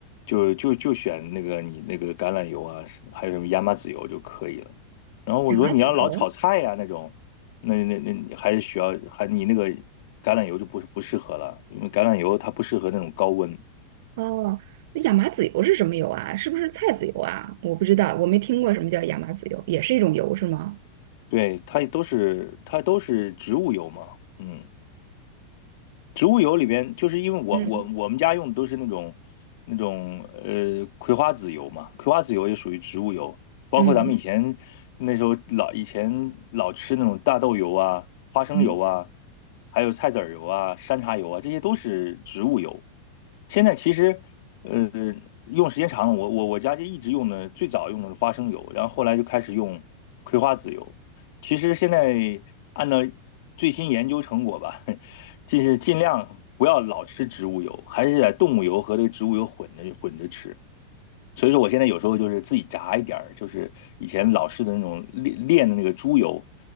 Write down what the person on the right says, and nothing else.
亚麻籽油。
哦，那亚麻籽油是什么油啊？是不是菜籽油啊？我不知道，我没听过什么叫亚麻籽油，也是一种油是吗？
嗯
嗯
嗯，